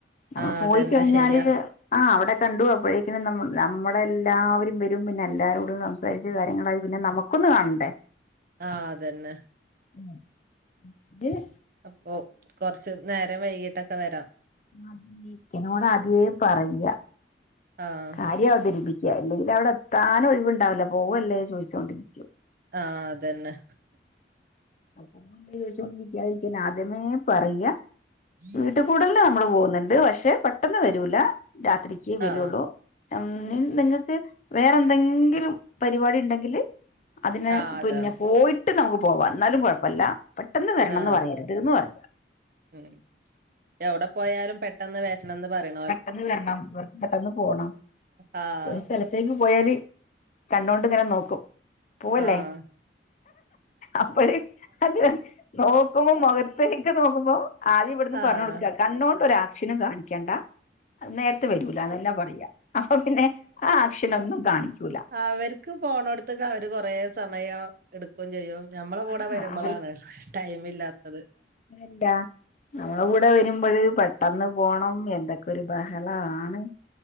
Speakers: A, on the left; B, on the right.
A: നമ്മൾ
B: ആഹ്
A: പോയി
B: അതന്നെ
A: കഴിഞ്ഞാല്.
B: ശരിയാ
A: ആഹ് അവിടെ കണ്ടു അപ്പോഴേക്കും ന നമ്മുടെ എല്ലാവരും വരും പിന്നെ എല്ലാരോടും സം സാരിച്ച് കാര്യങ്ങളായി പിന്നെ നമുക്കൊന്ന് കാണണ്ടേ?
B: ആഹ് അതന്നെ.
A: ഉ ഇ.
B: അപ്പൊ കൊറച്ച് നേരം വൈകീട്ടൊക്കെ വരാം.
A: <unintelligible> ആദ്യേയെ പറയ.
B: ആഹ്.
A: കാര്യം അവതരിപ്പിക്ക ഇല്ലെങ്കിൽ അവിടെ എത്താനൊഴിവുണ്ടാവില്ല പോവല്ലേ ചോയ്ച്ചോണ്ടിരിക്കും.
B: ആഹ് അതന്നെ.
A: അപ്പൊ ചോയിച്ചോണ്ട് രിക്കാതിരിക്കാതിരിക്കാൻ നാദ്യമേ പറയ.
B: <unintelligible>
A: <unintelligible> കൂടല്ന് നമ്മള് പോകുന്നണ്ട് പക്ഷെ പെട്ടെന്ന് വരൂല രാത്രിക്കേ വരോള്ളു.
B: ആഹ്
A: അ നി നിങ്ങക്ക് വേറെന്തെങ്കിലും പരിപാടി ഇണ്ടെങ്കില്. അതിന്
B: ആഹ് അതാ
A: പിന്നെ പോയിട്ട് നമുക്ക് പോവാം എന്നാലും കുഴപ്പമില്ല. പെട്ടെന്ന് വരണംന്ന്
B: ആഹ്
A: പറയരുതന്ന് പറയ.
B: ഉം എവിടെ പോയാലും പെട്ടെന്ന് വറ്റണംന്ന് പറിം.
A: പെട്ടെന്ന് വരണം ഇവർക്ക് പെട്ടെന്ന് പോണം
B: ആഹ്
A: ഒരു സ്ഥല ത്തേക്ക് പോയാല് കണ്ണോണ്ട് ഇങ്ങനെ നോക്കും. പോവല്ലേ
B: ആഹ്
A: അപ്പഴേ അത് നോക്കുമ്പോ മൊഖത് ഏക്ക് നോക്കുമ്പോ ആദ്യം ഇവിടുന്ന്
B: ആഹ്
A: പറഞ്ഞ് കൊടുക്ക കണ്ണോണ്ട് ഒരാക്ഷനും കാണിക്കണ്ട. നേരത്തെ വരൂലാന്നെന്നെ പറയാ അപ്പൊ പിന്നെ ആ ആക്ഷനൊന്നും കാണിക്കൂല.
B: ആവര് ക്ക്പോണോട്ത്ത്ക്ക് അവര് കൊറെേ സമയാ എട്ക്കും ചെയ്യും ഞമ്മളെ കൂടെ
A: ആ
B: വരുമ്പളാണ്
A: അവർ
B: ടൈമില്ലാത്തത്
A: എല്ലാ നമ്മള കൂടെ വരുമ്പഴ് പെട്ടന്ന് പോണം എന്തൊക്കൊരു ബഹളാണ്